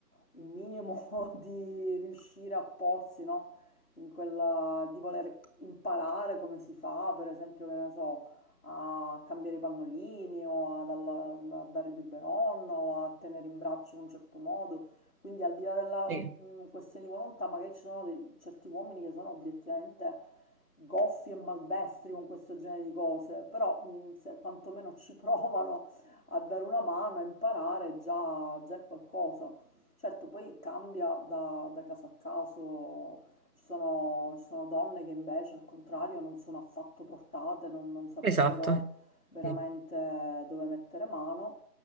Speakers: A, on the left (about 55°); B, on the right (about 60°).
A: un minimo <laughs> di riuscire a porsi, no? In quella di voler imparare come si fa, per esempio, che ne so, a cambiare i pannolini o ad alla- a dare il biberon o a tenere in braccio in un certo modo. Quindi al di là della
B: Sì.
A: mh, questione di volontà, magari ci sono dei- certi uomini che sono obiettivamente goffi e maldestri con questo genere di cose, però mh, se quantomeno ci <laughs> provano a dare una mano, a imparare, già, già è qualcosa. Certo, poi cambia da, da caso a caso, ci sono, ci sono donne che invece al contrario non sono affatto portate, non non saprebbero
B: Esatto.
A: veramente
B: Sì.
A: dove mettere mano